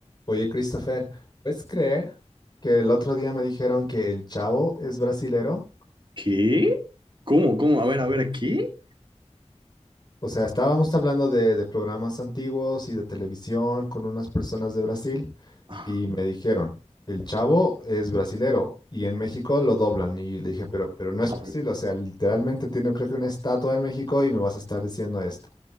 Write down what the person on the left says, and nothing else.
Oye, Christopher, ¿puedes creer que el otro día me dijeron que el Chavo es brasilero?
O sea, estábamos hablando de, de programas antiguos y de televisión con unas personas de Brasil
y me dijeron, el Chavo es brasilero y en México lo doblan. Y le dije, pero, pero no es
posible,
o sea, literalmente tiene creo que una estatua en México y me vas a estar diciendo esto.